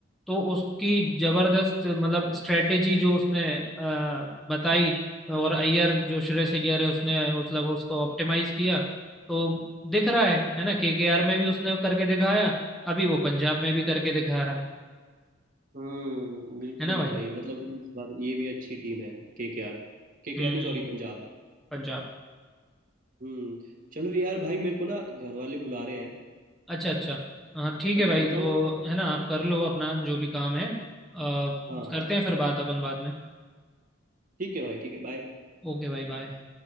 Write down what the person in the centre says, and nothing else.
तो उसकी जबरदस्त मतलब स्ट्रेटेजी जो उसने आ, बताई और अय्यर जो श्रेयस अय्यर है उसने मतलब उसको ऑप्टिमाइज किया तो दिख रहा है है ना केकेआर में भी उसने करके दिखाया अभी वो पंजाब में भी करके दिखा रहा है
है ना भाई
हम्म
पंजाब
अच्छा अच्छा हाँ ठीक
है भाई
तो
है ना आप कर लो अपना जो भी काम है अ, करते
हैं फिर बात अपन बाद में
ओके भाई बाय